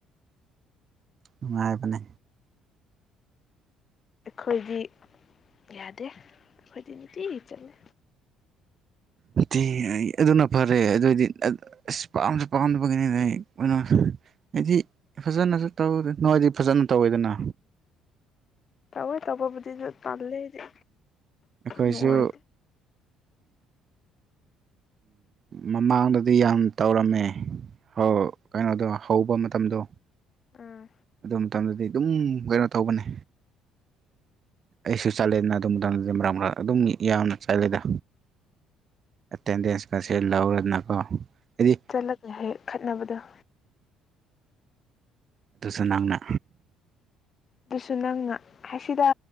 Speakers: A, on the right (about 40°); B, on the left (about 40°).
A: ꯅꯨꯡꯉꯥꯏꯕꯅꯦ
B: ꯑꯩꯈꯣꯏꯗꯤ ꯌꯥꯗꯦ ꯑꯩꯈꯣꯏꯗꯤ ꯅꯨꯡꯇꯤꯒꯤ ꯆꯠꯂꯦ
A: <inaudible> ꯑꯗꯨꯅ ꯐꯔꯦ ꯑꯗꯨ ꯑꯣꯏꯗꯤ ꯑꯁ ꯄꯥꯝꯁꯨ ꯄꯥꯝꯗꯕꯒꯤꯅꯤ ꯀꯩꯅ ꯍꯥꯏꯗꯤ ꯐꯖꯅꯁꯨ ꯇꯧꯗꯦ ꯅꯣꯏꯗꯤ ꯐꯖꯅ ꯇꯧꯋꯤꯗꯅ
B: ꯇꯑꯣ ꯇꯕꯣꯕꯨꯗꯤ ꯗꯨ ꯇꯜꯔ° ꯑꯩꯗꯤ
A: ꯑꯩꯈꯣꯏꯁꯨ
B: ꯅꯨꯡꯉꯥꯏꯇꯦ
A: ꯃꯃꯥꯡꯗꯗꯤ ꯌꯥꯝ ꯇꯧꯔꯝꯃꯦ ꯍꯧ ꯀꯩꯅꯣꯗꯣ ꯍꯧꯕ ꯃꯇꯝꯗꯣ
B: ꯎꯝ
A: ꯑꯗꯨ ꯃꯇꯝꯗꯗꯤ ꯑꯗꯨꯝ ꯀꯩꯅꯣ ꯇꯧꯕꯅꯦ ꯑꯩꯁꯨ ꯆꯠꯂꯦꯗꯅ ꯑꯗꯨ ꯃꯇꯝꯗꯗꯤ ꯃꯔꯛ ꯃꯔꯛ ꯑꯗꯨꯝ ꯌꯥꯝꯅ ꯆꯠꯂꯦꯗ ꯑꯦꯇꯦꯟꯗꯦꯟꯁꯀꯁꯦ ꯂꯧꯔꯗꯅꯀꯣ ꯍꯥꯏꯗꯤ
B: ꯆꯠꯂꯒ ꯍꯦꯛ ꯈꯠꯅꯕꯗꫭ
A: ꯑꯗꯨꯁꯨ ꯅꯪꯅ
B: ꯑꯗꯨꯁꯨ ꯅꯪ ꯁꯤꯗ